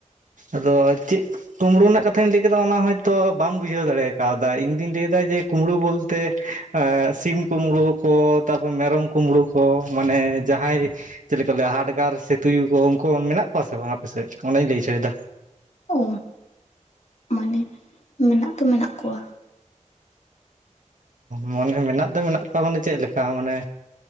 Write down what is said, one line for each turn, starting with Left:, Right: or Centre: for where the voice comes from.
Right: ᱟᱫᱚ ᱪᱮᱫ? ᱠᱳᱢᱲᱳ ᱨᱮᱱᱟᱜ ᱠᱟᱛᱷᱟᱧ ᱞᱟᱹᱭ ᱠᱮᱫᱟ ᱚᱱᱟ ᱦᱚᱭᱛᱳ ᱵᱟᱢ ᱵᱩᱡᱷᱟᱹᱣ ᱫᱟᱲᱮ ᱠᱟᱣᱫᱟ ᱤᱧ ᱫᱩᱧ ᱞᱮᱹᱭᱫᱟ ᱡᱮ ᱠᱩᱢᱲᱩ ᱵᱚᱞᱛᱮ? ᱮᱸᱻᱻ ᱥᱤᱢ ᱠᱩᱢᱲᱳ ᱠᱚ ᱛᱟᱯᱚᱨᱮ ᱢᱮᱨᱚᱢ ᱠᱳᱢᱲᱳ ᱠᱚ ᱢᱟᱱᱮ, ᱡᱟᱦᱟᱸᱭ ᱪᱮᱞᱮ ᱠᱚ ᱞᱟᱹᱭᱟ ᱦᱟᱴᱜᱟᱨ ᱥᱮ ᱛᱩᱭᱩ ᱠᱚ ᱩᱱᱠᱩ ᱢᱮᱱᱟᱜ ᱠᱚᱣᱟ ᱥᱮ ᱵᱟᱝ ᱟᱯᱮᱥᱮᱫ ᱚᱱᱟᱧ ᱞᱟᱹᱭ ᱚᱪᱚᱭᱮᱫᱟ
Left: ᱚᱹ ᱢᱟᱱᱮ ᱢᱮᱱᱟᱜ ᱫᱚ ᱢᱮᱱᱟᱜ ᱠᱚᱣᱟ,
Right: ᱚᱸᱻᱻ ᱢᱟᱱᱮ ᱢᱮᱱᱟᱜ ᱫᱚ ᱢᱮᱱᱟᱜ ᱠᱚᱣᱟ ᱢᱟᱱᱮ ᱪᱮᱫ ᱞᱮᱠᱟ ᱢᱟᱱᱮ